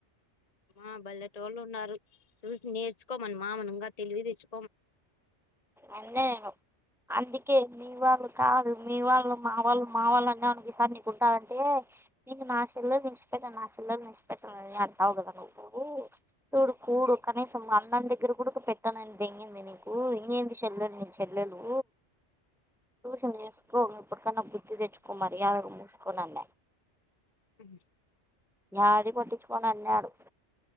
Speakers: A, on the left; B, in the centre.
A: ఆ బల్లెటోళ్ళు ఉన్నారు చూసి నేర్చుకోమను మామను ఇంగా తెలివి తెచ్
B: అండ్ల నిను అందుకే మీ వాళ్ళు కాదు మీ వాళ్ళు మా వాళ్ళు మా వాళ్ళు అన్నావ్అనుకో ఈసారి నీకుంటది అంటే నీకు నా చెల్లెల్ నిలిచిపెట్టాను నా చెల్లె నిడిచిపెట్టాను అని అంటావ్ కదా నువ్వు చూడు కూడు కనీసం అన్నం దగ్గర కూడా పెట్టానని దెంగిం ది నీకు ఇంకేంది చెల్లెలు ని చెల్లెలు ట్యూషన్ నేర్చుకో ఇప్పుడి కన్న బు కు తెచ్చుకో మర్యాదగ మూసుకొండన్న
A: హు
B: య్యాది పట్టించుకొనన్నాడు